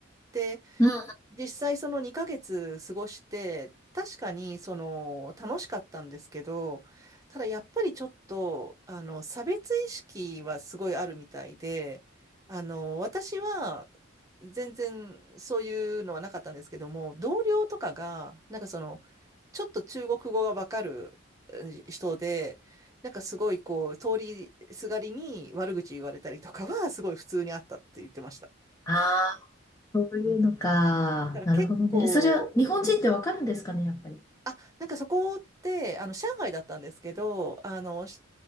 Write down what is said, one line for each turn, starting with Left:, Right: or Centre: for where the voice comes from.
Right: で
Left: うん。
Right: 実際その2ヶ月過ごして、確かにその楽しかったんですけど、ただやっぱりちょっと、あの、差別意識はすごいあるみたいで、あの、私は全然そういうのはなかったんですけども、同僚とかが、なんかその、ちょっと中国語がわかるうん人で、なんかすごいこう、通りすがりに悪口言われたりとかはすごい普通にあったって言ってました。
Left: あそういうのか。
Right: うんだから結構
Left: なるほどね。それは日本人ってわかるんですかね、やっぱり。
Right: あ、なんかそこって、あの、上海だったんですけど、あの、し